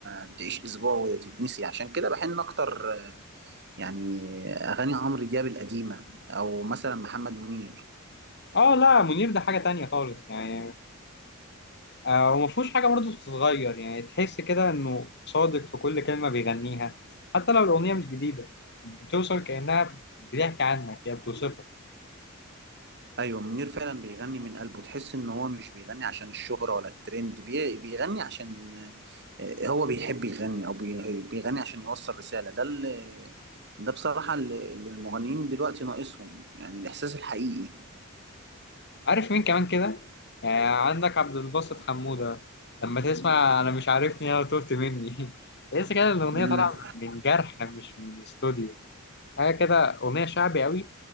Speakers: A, on the right (about 50°); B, on the left (about 50°).
A: بتعيش اسبوع وتتنسي عشان كده بحن اكتر آه، يعني اغاني عمرو دياب القديمه او مثلا محمد منير
B: اه لا منير ده حاجه تانية خالص يعني آه، هو ما فيهوش حاجة برضه بتتغير يعني تحس كده إنه صادق في كل كلمة بيغنيها حتى لو الأغنية مش جديدة بتوصل كأنها بتحكي عنك يعني بتوصفك
A: ايوه منير فعلا بيغني من قلبه تحس ان هو مش بيغني عشان الشهرة ولا الترند بي- بيغني عشان آه، هو بيحب يغني او بي- بيغني عشان يوصل رسالة ده اللي ده بصراحة اللي اللي المغنيين دلوقتي ناقصهم يعني الاحساس الحقيقي
B: عارف مين كمان كده؟ آه، عندك عبد الباسط حمودة لما تسمع أنا مش عارفني أنا تهت مني <laughs> تحس كده إن الأغنية
A: مم.
B: طالعة من جرح مش من استوديو حاجة كده أغنية شعبي قوي